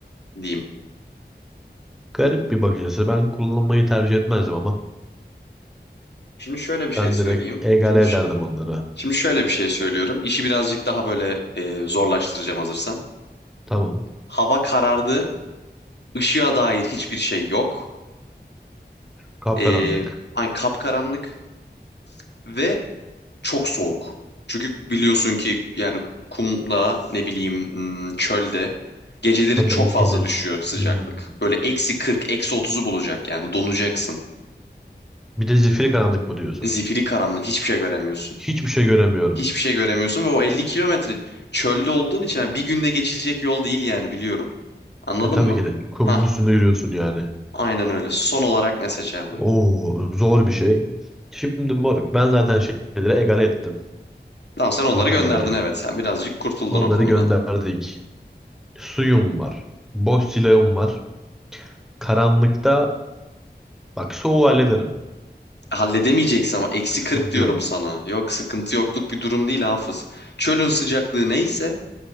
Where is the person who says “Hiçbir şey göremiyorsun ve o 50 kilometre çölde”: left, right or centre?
Left